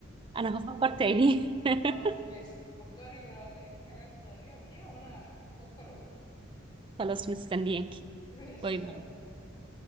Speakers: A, on the right; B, on the left.
A: انا هفكر تاني <laughs>
B: خلاص ماشي فكري ولو لقيتي حاجة عايزة تغيريها قوليها وانا هفكر واقول
A: خلاص مستنياكي
B: <laughs> ماشي
A: باي
B: يلا
A: باي